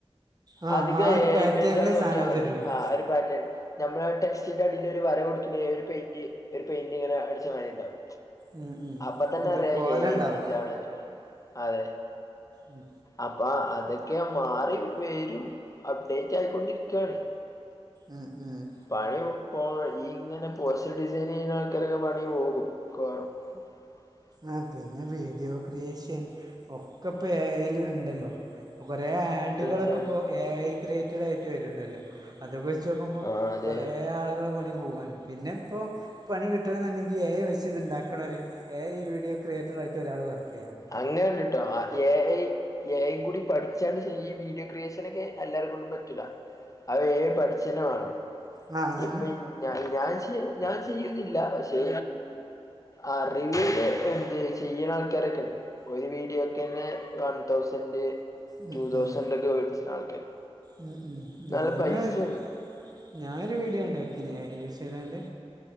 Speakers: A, on the right; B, on the left.
A: ആ
B: അധിക
A: ആ ഒരു
B: എ
A: പാറ്റേണിലെ
B: ഐ ഇമേജാന്ന് നോക്കിയാമതി
A: സാധനം തരുള്ളൂ
B: ആ അയിലൊരു പാറ്റേൺ ഞമ്മള ടെക്റ്റിന്റെ അടിൽ ഒരു വര കൊടുക്കുന്ന ഏ ഒരു പെയിന്റ് ഒരു പെയിന്റിങ്ങനെ അടിച്ച മാതിരി ഇണ്ടാവും,
A: ഉം, ഉം.
B: അപ്പതന്നെ
A: ഒരു
B: അറിയ
A: കോല ഉണ്ടാവില്ല
B: ഇമേജ് ആണെന്ന്. അതെ
A: മ്
B: അപ്പൊ അതൊക്കെ മാറി വരും അപ്ഡേറ്റ് ആയിക്കൊണ്ടിരിക്കയാണ്
A: ആഹ് ആഹ്
B: പണിഒക്കെ പോകും ഈ ഇങ്ങനെ പോസ്റ്റർ ഡിസൈൻ ചെയ്യുന്ന ആൾക്കാരൊക്കെ പണി പോകും. ഉ
A: ആ പിന്നെ വീഡിയോ ക്രിയേഷൻ ഒക്കെപ്പ എ ഐ ല്ല് ണ്ടല്ലോ കൊറേ ആഡുകളൊക്കെ
B: ഉണ്ട്
A: ഇപ്പൊ എ ഐ ക്രിയേറ്ററായിട്ട് ആയിട്ട് വരുണ്ടല്ലോ അതൊക്കെ വെച്ച് നോക്കുമ്പോൾ
B: ആ അതെ
A: കൊറേ ആളുകളെ പണി പോവാണ് പിന്നെ ഇപ്പോ പണി കിട്ടണെന്നുണ്ടെങ്കിൽ ഏ വ- ഇതുണ്ടാക്കുണോരു ഏ ഐ വീടിയോക്രിയേറ്ററായിട്ട് ഒരാൾ പറഞ്ഞു.
B: അങ്ങണ്ടിട്ടോ ഏ ഐ ഏയും കൂടി പഠിച്ചാണ് ഈ വീഡിയോ ക്രിയേഷനോക്കെ എല്ലാരെ കൊണ്ടും പറ്റൂല അത് എ പഠിച്ചു തന്നെ വേണം
A: ആ അതന്നെ
B: ഇപ്പം- ഞ ഞാൻ ച്ചി ഞാൻ ചെയ്യുന്നില്ല പക്ഷേ ആ റിവ് ഇല്ലേ എന്ത് ചെയ്യ്ണ ആൾക്കാരൊക്കെണ്ട്. ഒരു വീഡിയോക്കെന്നെ വൺ തൗസൻഡ്
A: ഉം,
B: ടുതൗസൻഡൊഒക്കെ
A: ഉം.
B: മേടിച്ച് ആൾക്കാര്
A: ഉം, ഉം.
B: നല്ല
A: ഞാനും
B: പൈസയാണ്.
A: ഞാനൊരു വീഡിയോ ണ്ടാക്കീനി ഏ ഐ യൂസ് ചെയ്താണ്ട്